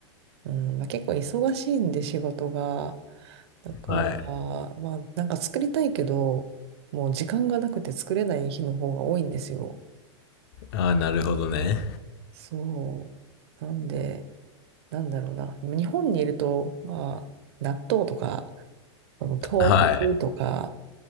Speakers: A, on the right (about 60°); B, on the left (about 50°).
A: うん、まあ、結構忙しいんで仕事が。だから、
B: はい。
A: まあなんか作りたいけど、もう時間がなくて作れない日の方が多いんですよ。
B: ああ、なるほどね。
A: そう。なんで、なんだろうな。日本にいると、まあ、納豆とか、その豆腐とか、
B: はい。